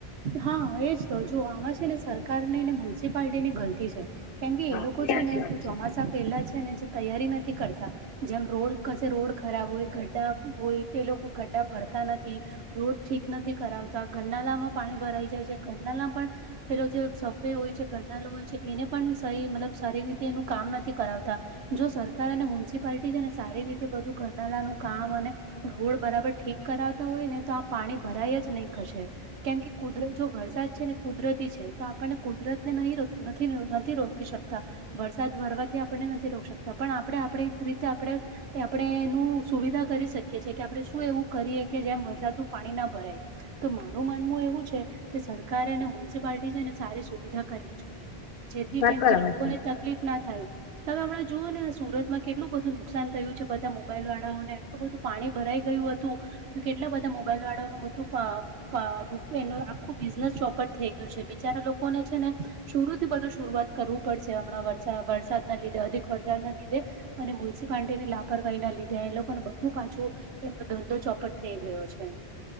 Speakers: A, on the right; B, on the left.
A: હા એજ તો જો આમાં છે ને સરકારનીને મ્યુનિસિપાલિટીની ગલતી છે. કેમ કે એ
B: હા
A: લોકો
B: સાચી
A: છે ને
B: વાત
A: ચોમાસા
B: છે
A: પહેલા છે ને જે તૈયારી નથી કરતાં. જેમ રોડ કસે રોડ ખરાબ હોય, ગઠ્ઠા હોય તે લોકો ગઠ્ઠા ભરતા નથી રોડ ઠીક નથી કરાવ તા ગરનાલામાં પાણી ભરાઈ જાય છે ગરનાલા પણ પેલો જે સભ્ય હોય છે ઘરનાલો હોય છે એને પણ સહી મતલબ સારી રીતે એનું કામ નથી કરાવતાં. જો સરકાર અને મ્યુનિસિપાલિટી છે ને સારી રીતે બધું ગરનાલાનું કામ અને રોડ બરાબર ઠીક કરાવતાં હોય ને તો આ પાણી ભરાય જ નહીં. કશે કેમ કે કુદરત જો વરસાદ છે ને કુદરતી છે તો આપણને કુદરતને નહીં નથી નથી રોકી શકતાં. વરસાદ વરવાથી આપણને નથી રોકી શકતા પણ આપણે આપણી રીતે આપણે કે આપણે એનું સુવિધા કરી શકીએ છે કે આપણે શું એવું કરીએ કે જેમ વરસાદનું પાણી ન ભરાય. તો મારું માનવું એવું છે કે સરકારે અને મ્યુનિસિપાલટી છે ને સારી સુવિધા કરવી જોઈએ. જેથી
B: વાત
A: કેમ
B: બરાબર
A: કે લોકોને
B: છે
A: તકલીફ ના થાય. તમે હમણા જુઓને આ સુરતમાં કેટલું બધું નુકસાન થયું છે બધા મોબાઈલવાળાઓને એટલું બધું. પાણી ભરાઈ ગયું હતું તો કેટલા બધા મોબાઈલવાળાઓનું બધું પ પ નુ એનું આખું બિઝનેસ ચોપટ થઈ ગયું છે બિચારા લોકોને છે ને શુરૂ થી બધું શરૂઆત કરવું પડશે હમણાં વર વરસાદનાં લીધે અધિક વરસાદનાં લીધે. અને મ્યુન્સિપાર્ટીની લાપરવાહીના લીધે એ લોકોને બધું પાછું એમનો ધંધો ચોપટ થઈ ગયો છે.